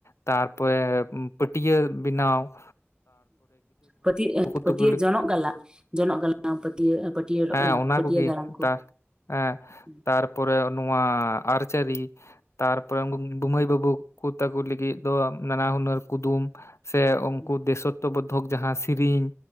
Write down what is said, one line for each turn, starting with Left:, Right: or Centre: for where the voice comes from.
Left: ᱛᱟᱨᱯᱚᱨᱮ ᱯᱟᱹᱴᱭᱟᱹ ᱵᱮᱱᱟᱣ ᱾
Right: ᱯᱟᱹᱴᱭᱟᱹ ᱯᱟᱹᱴᱭᱟᱹ
Left: ᱛᱟᱠᱚ
Right: ᱡᱚᱱᱚᱜ ᱜᱟᱞᱟᱝ ᱡᱚᱱᱚᱜ ᱜᱟᱞᱟᱝ ᱯᱟᱹᱴᱭᱟᱹ
Left: ᱦᱮᱸ ᱚᱱᱟ
Right: ᱯᱟᱹᱴᱭᱟᱹ
Left: ᱠᱚᱜᱮ
Right: ᱜᱟᱞᱟᱝ ᱠᱚ
Left: ᱛᱟ ᱦᱮᱸ
Right: ᱦᱩᱸ
Left: ᱛᱟᱨᱯᱚᱨᱮ ᱱᱚᱣᱟ ᱟᱨᱪᱟᱨᱤ ᱛᱟᱨᱯᱚᱨᱮ ᱢᱟᱹᱭ ᱵᱟᱹᱵᱩ ᱠᱚ ᱛᱟᱠᱚ ᱞᱟᱹᱜᱤᱫ ᱫᱚ ᱱᱟᱱᱟ ᱦᱩᱱᱟᱹᱨ ᱠᱩᱫᱩᱢ ᱥᱮ ᱩᱱᱠᱩ
Right: ᱦᱩᱸ
Left: ᱫᱮᱥᱳ ᱵᱫᱷᱚᱠ ᱡᱟᱦᱟᱸ ᱥᱮᱨᱮᱧ